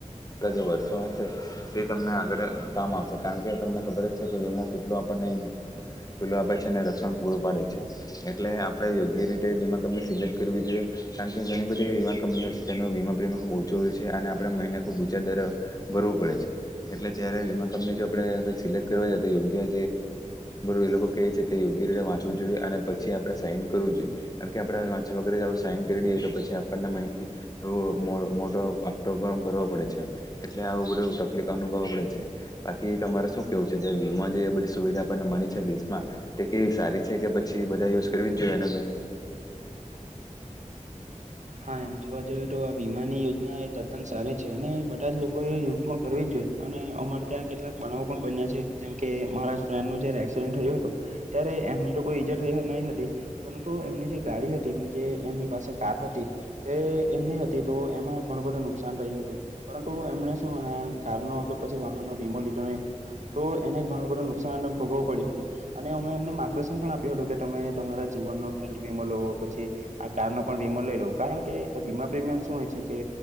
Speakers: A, on the left; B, on the right.
A: જે વર્ષો હશે તે તમને આગળ કામ આવશે કારણ કે તમને ખબર જ છે કે વીમો કેટલો આપણને પેલુ એ આપે છે અનેને રક્ષણ પૂરું પાડે એટલે આપણેે યોગ્ય રીતે વીમા કંપની સિલેક્ટ કરવી જોઈએ કારમ કે ઘણી બધી વીમા કંપનીઓ છે તેનો વીમા પ્રીમયમ ખૂબ ઓછો હોય છે અને આપણા મહિને ખૂબ ઊંચા દર ભરો પડે એટલે જયારે વીમા કંપની જો આપડે સિલેક્ટ કરવા તો યોગ્ય એ લોકો ક ચટે યોગ્ય માટે મા જોઈએ અને પછી આપણેે સાઈન કરવું જોઈએ કારણ કે આપણેે વાંચ્યા વગર સાઈન કરી લઈએ તો પછી આપણને એ મોટો હપ્તો પણ ભરવો પડે છે એટલે આવું બધું તકલીફ અનુભવો પડે છે બાકી તમારે શું કેવું છે જે વીમા જે બધી સુવિધા આપણને મળી છે દેશ માં તે કેવી સારી છે કે પછી બધા યુઝ કરવી જ જોઈએ એને ભાઈ
B: હા એમ જોવા જઈએ તો આ વીમાની યોજના એ તદ્દન સારી અને બધા જ લોકો એ યુથમાં કરવી જ જોઈએ અને અમારે ત્યાં કેટલાક બનાવો પણ બન્યા છે જેમ કે મારા ફ્રેન્ડ નું જયારે એક્સિડન્ટ થયું હતું ત્યારે એમને તો કોઈ ઈજા થઈ હતી પરુ એમની જે ગાડી હતી એમની જે એમની પાસે કાર હતી તે એમની હતી તો એમાં ઘણું બધું નુકસાન થય હતું પરંતુ એમને શું આ કાર પછી વાહનો વીમો લીધો નહી તો એને ઘણું બધું નુકસાન ભોગવું પડ્યું હતું અને અમે એમને માર્ગદર્શન પણ આપ્યું હતું કે તમે તમારા જીવન ન હેલ્થ વીમો લવો પછી આ કાર નો પણ વીમો લઈ લો કારણ કે વીમા પ્રીમિયમ શું હોય છે કે